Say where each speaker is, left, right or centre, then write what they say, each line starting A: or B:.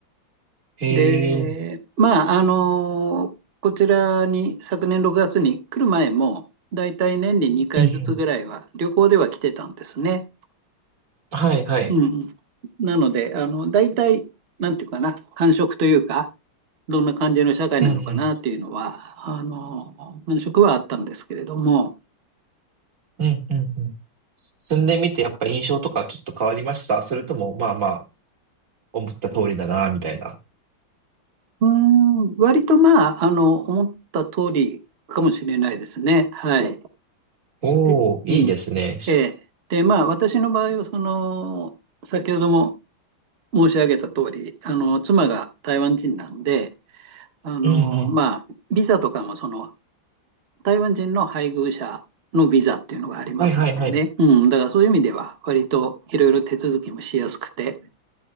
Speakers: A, on the right; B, on the right.
A: へえ、
B: で、まあ、あの、こちらに昨年6月に来る前も、だいたい年に2回ずつぐらいは旅行では来てたんですね。
A: うんうん、はいはい、
B: うんうん。なので、あの、だいたい、なんていうかな、感触というか、どんな感じの社会なのかなっていうのは、
A: うんう
B: あの、感触はあったんですけれども、
A: ん、うんうんうん。住んでみてやっぱ印象とかちょっと変わりましたそれともまあまあ思った通りだなーみたいな。
B: うーん、割とまあ、あの、思った通りかもしれないですね。はい。
A: おお、
B: で、
A: いいですね。
B: うん。
A: し
B: ええ。で、まあ、私の場合は、その、先ほども申し上げた通り、あの、妻が台湾人なんで、あの、
A: うんうん、
B: まあ、ビザとかも、その、台湾人の配偶者のビザっていうのがありますんでね。
A: はいはいはい。
B: うん。だから、そういう意味では、割といろいろ手続きもしやすくて、